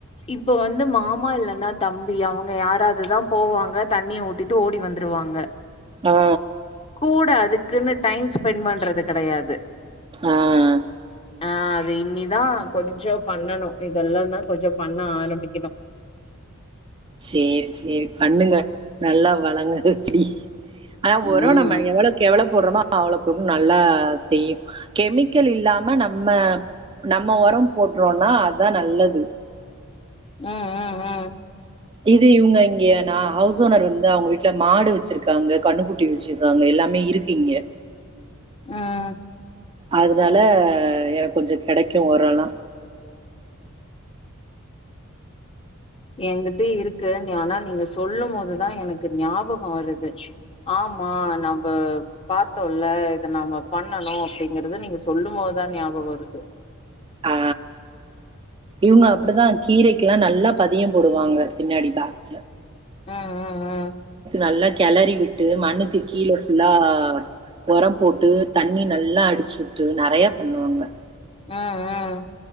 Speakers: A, on the left; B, on the right.
A: இப்ப வந்து மாமா இல்லனா தம்பி அவுங்க யாராதுதா போவாங்க தண்ணிய ஊத்திட்டு ஓடி வந்ருவாங்க
B: ஆ
A: கூட அது க்குனு டைம் ஸ்பென் பண்றது கெடையாது.
B: ஆ ஆ
A: ஆ த இனிதா கொஞ்சோ பண்ணனு,, இதெல்லா தா கொஞ்சோ பண்ண ஆரம்பிக்கணு.
B: சேரி,, சேரி,, பண்ணுங்க,, நல்லா வழங்க செடி ஆனா
A: ம்
B: ஒரோ நம்ம எவ்ளக்கு எவ்ளோ போடுறோமோ அவ்ளக்கு நல்லா செய்யு,, கெமிக்கல் இல்லாம நம்ம நம்ம ஒரோ போட்றோன்னா தா நல்லது.
A: ம்,, ம்,, ம்.
B: இது இவுங்க இங்கே,, நா ஹவுஸ் ஓனர் வந்து,, அவங்க வீட்டுல மாடு வச்சிருக்காங்க,, கண்ணுக்குட்டி வச்சிருக்காங்க,, எல்லாமே இருக்கு இங்க.
A: ம்.
B: அதுனால எனக்கு கொஞ்சோ கெடைக்கு ஒரோலா.
A: எங்கிட்ட இருக்கு நீ ஆனா நீங்க சொல்லும் போதுதா எனக்கு ஞாபகோ வருது,, ஆமா நம்ப பாத்தோல,, இத நம்ம பண்ணணு,, அப்படிங்கறத நீங்க சொல்லு போதுதா ஞாபகோ வருது.
B: ஆ,, இவங்க அப்பிடிதா கீரைக்குலா நல்லா பதியோ போடுவாங்க பின்னாடி பேக்,,
A: உ உ உ
B: நல்லா கெளறி விட்டு மண்ணுக்கு கீழ ஃபுல்லா ஒரம் போட்டு தண்ணி நல்லா அடிச்சு விட்டு நெறையா பண்ணுவாங்க
A: உஉ